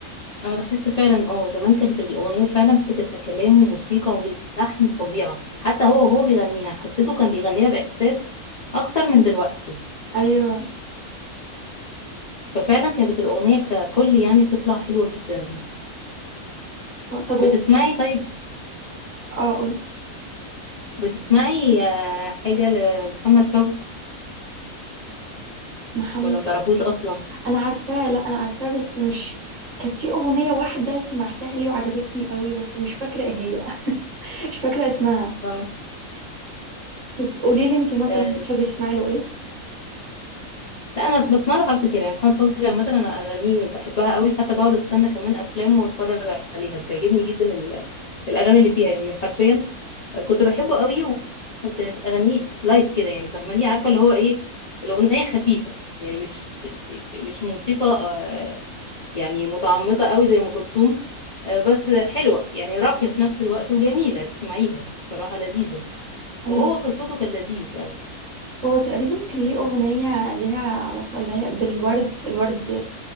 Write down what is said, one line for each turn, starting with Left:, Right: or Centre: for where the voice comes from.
Left: انا بحس فعلا اه زمان كانت الاغنيه فعلا بتبقى كلام وموسيقى ولحن فظيعه حتى هو وهو بيغنيها حسيته كان بيغنيها باحساس اكتر من دلوقتي
Right: ايوه
Left: ففعلا كانت الاغنيه ككل يعني بتطلع حلوه جدا
Right: طب وب-
Left: بتسمعي طيب
Right: اه قول
Left: بتسمعي آه، حاجه لمحمد فوزي
Right: محمد
Left: ولا ما تعرفوش اصلا
Right: انا عارفاه لا انا عارفاه بس مش كانت في اغنيه واحده سمعتها لي وعجبتني قوي بس مش فاكره ايه هي <laughs> مش فاكره اسمها
Left: اه
Right: طب قولي لي انت مثلا
Left: اه
Right: بتحبي تسمعي له ايه
Left: لا انا بسمع له حاجات كتير يعني محمد فوزي عامه انا اغانيه بحبها قوي حتى بقعد استنى كمان افلامه واتفرج عليها بتعجبني جدا ال- الاغاني اللي فيها يعني حرفيا كنت بحبه قوي و- وكانت اغانيه لايت كده يعني فاهماني عارفه اللي هو ايه الاغنيه خفيفه يعني مش مش موسيقى آه، يعني متعمقه قوي زي ام كلثوم آه، بس حلوه يعني راقيه في نفس الوقت وجميله تسمعيها يعني بصراحه لذيذه
Right: ايوه
Left: وهو قصته كان لذيذ قوي
Right: هو تقريبا كان ليه اغنيه ليها علاقه اللي هي بالورد الورد